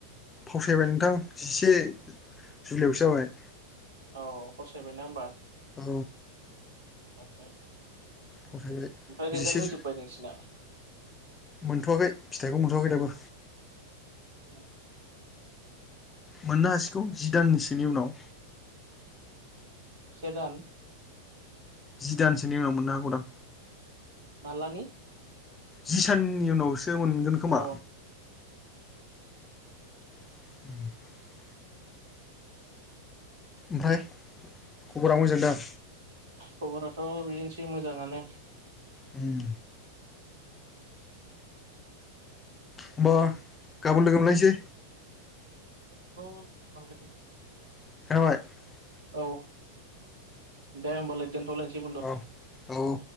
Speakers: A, on the left (about 20°); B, on the right (about 60°).
A: फावसायबाय नोंथां जिसे जुलाइआवसो जाबाय
B: औ फसायबायना होमबा?
A: औ।
B: <unintelligible>
A: फावसायबाय
B: रिजाल्ट
A: जिसे
B: होजोब्बाय
A: जो
B: नोंसिना
A: मोनथ'वाखै फिथाइखौ मोनथ'वाखै दाबो।
B: औ।
A: मोननो हासिगौ जि दानसोनि उनाव
B: से दान?
A: जि दानसोनि उनाव मोननो हागौ दां
B: माला नि?
A: जि साननि उनावसो मोनगोन खोमा
B: औ
A: <inaudible> ओमफ्राय खबरा मोजां दा?
B: खबराथ' बिदिनोसै <inaudible>
A: हम होमबा गाबोन लोगो मोनलायनोसै
B: अ मोनगोन
A: <unintelligible>
B: औ दे होनबालाय दोनथ'लायसै बन्दु
A: औ औ औ